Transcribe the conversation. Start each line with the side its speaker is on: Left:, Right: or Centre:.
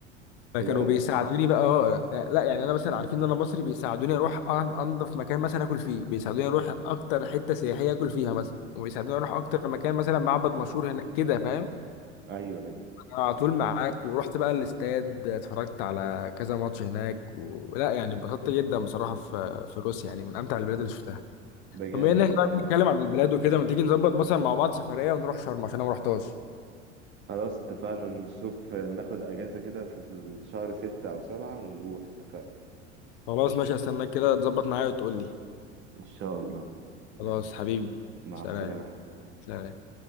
Left: فكانوا
Right: بجد
Left: بيساعدوني بقى اه آه، آه، لا يعني انا مثلا عارفين ان انا مصري بيساعدوني اروح أن- انضف مكان مثلا اكل فيه بيساعدوني اروح اكتر حته سياحيه اكل فيها مثلا وبيساعدوني اروح اكتر مكان مثلا معبد مشهور هناك كده فاهم
Right: ايوه ايوه
Left: على طول معاك ورحت بقى الاستاد اتفرجت على كذا ماتش هناك ولا يعني اتبسطت جدا بصراحة في في روسيا يعني من أمتع البلاد اللي شفتها
Right: ده جامد
Left: طب بما ان احنا
Right: بصراحه
Left: بقى بنتكلم عن البلاد وكده ما تيجي نظبط مثلا مع بعض سفرية ونروح شرم عشان انا ما رحتهاش
Right: خلاص اتفقنا نشوف ناخد اجازة كده في شهر ستة او سبعة ونروح اتفقنا
Left: خلاص ماشي استناك كده تظبط معايا وتقول لي
Right: إن شاء الله
Left: خلاص
Right: ماشي
Left: حبيبي
Right: مع
Left: سلام
Right: السلامة
Left: سلام